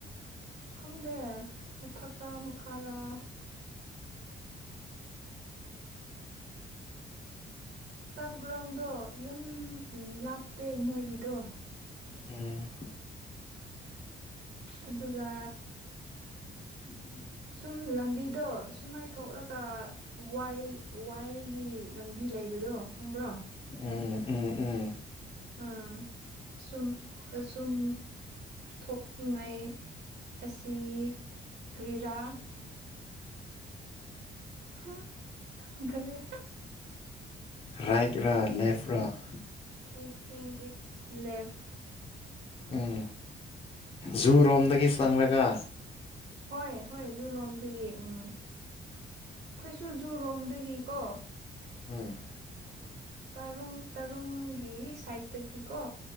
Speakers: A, on the right; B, on the left.
A: ꯈꯪꯗꯦ ꯃꯊꯛꯔꯥ ꯃꯈꯥꯔꯥ ꯇꯞ ꯒ꯭ꯔꯥꯎꯟꯗꯣ ꯌꯥꯝ ꯂꯥꯞꯇꯦ ꯃꯣꯏꯒꯤꯗꯣ
B: ꯎꯝ
A: ꯑꯗꯨꯒ
B: ꯎꯝ <inaudible>
A: ꯁꯨꯝ ꯂꯝꯕꯤꯗꯣ ꯁꯨꯃꯥꯏ ꯊꯣꯛꯂꯒ ꯋꯥꯏ ꯋꯥꯏꯒꯤ ꯂꯝꯕꯤ ꯂꯩꯕꯗꯣ ꯈꯪꯕ꯭ꯔꯣ
B: ꯎꯝ ꯎꯝ ꯎꯝ
A: ꯑꯥ ꯁꯨꯝ ꯑꯁꯨꯝ ꯊꯣꯛꯅꯤꯡꯉꯥꯏ ꯑꯁꯤ ꯀ꯭ꯔꯤꯔꯥ ꯍꯨꯡ ꯈꯪꯗ꯭ꯔꯦ
B: ꯔꯥꯏꯠꯔꯥ ꯂꯦꯐꯇꯔꯥ
A: ꯑꯥꯏ ꯊꯤꯡ ꯏꯠꯁ ꯂꯦꯞꯐ
B: ꯎꯝ ꯖꯨꯨꯔꯣꯝꯗꯒꯤ ꯆꯪꯂꯒ
A: ꯍꯣꯏ ꯍꯣꯏ ꯖꯨꯔꯣꯝꯗꯒꯤ ꯎꯝ ꯑꯩꯈꯣꯏꯁꯨ ꯖꯨꯔꯣꯝꯗꯒꯤꯀꯣ
B: ꯎꯝ
A: ꯇꯔꯨꯡ ꯇꯔꯨꯡꯒꯤ ꯁꯥꯏꯠꯇꯒꯤꯀꯣ